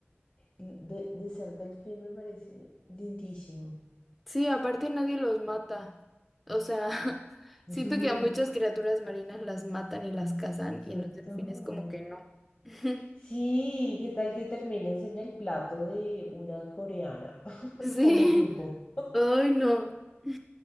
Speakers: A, on the left; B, in the centre.
A: l- de, de ser delfín me parece lindísimo.
B: Sí, aparte nadie los mata. O sea, <laughs> siento
A: <laughs>
B: que a muchas criaturas marinas las matan y las cazan
A: Total.
B: y a los delfines como que no. <laughs>
A: Sí, ¿qué tal que termines en el plato de una coreana <laughs>
B: Sí.
A: como pulpo?
B: Ay, no. <laughs>